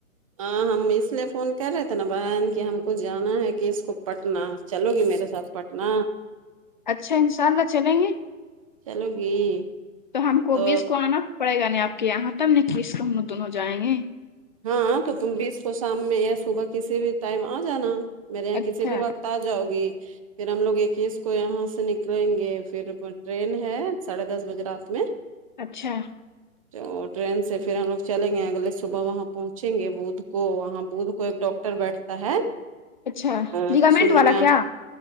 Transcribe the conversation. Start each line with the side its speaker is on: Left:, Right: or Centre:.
Right: ہاں ہم اس لیے فون کر رہے تھے نا بہن کہ ہم کو جانا ہے کہ اس کو پٹنہ چلو گی میرے ساتھ پٹنہ
Left: اچھا انشاء اللہ چلیں گے
Right: چلو گی
Left: ہم کو
Right: تو
Left: بیس کو آنا پڑے گا نہیں آپ کے یہاں <unintelligible> کلیس ہم لوگ دونوں جائیں گے
Right: ہاں تو تم بھی اس کو شام میں یا صبح کسی بھی ٹائم آ جانا میرے یہاں
Left: اچھا
Right: کسی بھی وقت اجاؤ گی پھر ہم لوگ اکیس کو یہاں سے نکلیں گے پھر ٹرین ہے ساڑھے دس بجے رات میں
Left: اچھا
Right: تو ٹرین سے پھر ہم لوگ چلیں گئے اگلے صبح وہاں پہنچیں گے بدھ کو وہاں بدھ کو ایک ڈاکٹر بیٹھتا ہے
Left: اچھا
Right: ہمم
Left: لیگامنٹ
Right: سننے
Left: والا
Right: میں آیا
Left: کیا